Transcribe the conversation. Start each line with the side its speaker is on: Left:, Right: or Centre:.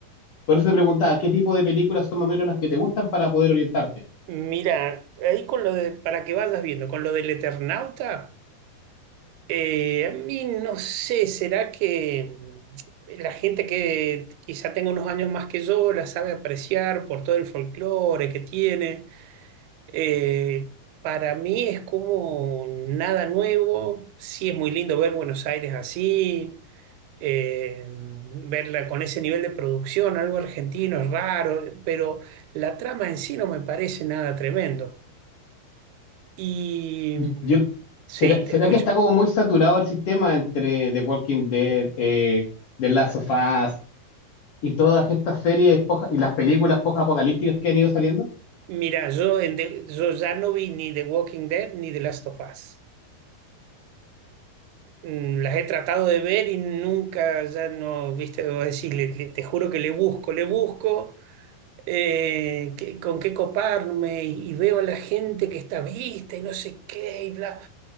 Left: Por eso te preguntaba, ¿qué tipo de películas son más o menos las que te gustan para poder orientarte?
Right: Mira, ahí con lo de, para que vayas viendo, con lo del Eternauta, eh, a mí no sé, ¿será que la gente que quizá tenga unos años más que yo la sabe apreciar por todo el folclore que tiene? Eh, para mí es como nada nuevo. Sí, es muy lindo ver Buenos Aires así, eh, verla con ese nivel de producción, algo argentino, es raro, pero la trama en sí no me parece nada tremendo. Y
Left: Yo,
Right: sí,
Left: ¿será, será
Right: te escucho.
Left: que está como muy saturado el sistema entre The Walking Dead, eh, The Last of Us y todas estas series poja- y las películas post-apocalípticas que han ido saliendo?
Right: Mira, yo, en The- yo ya no vi ni The Walking Dead ni The Last of Us. Mm, Las he tratado de ver y nunca, ya no, viste, debo decirle, le- te juro que le busco, le busco. eh, que- con qué coparme y, y veo a la gente que está vista y no sé qué y bla.